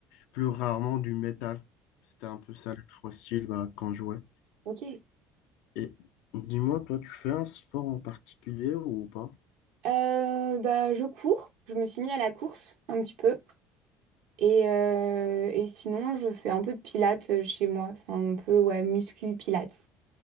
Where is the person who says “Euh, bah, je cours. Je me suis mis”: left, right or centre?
Right